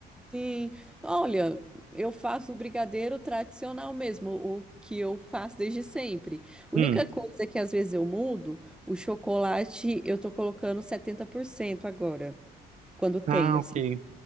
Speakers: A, in the centre; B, on the right (about 45°).
A: sim. Olha, eu faço brigadeiro tradicional mesmo, o que eu faço desde sempre. Única
B: Hum.
A: coisa que às vezes eu mudo, o chocolate eu tô colocando 70% agora, quando tem,
B: Ah,
A: assim.
B: ok.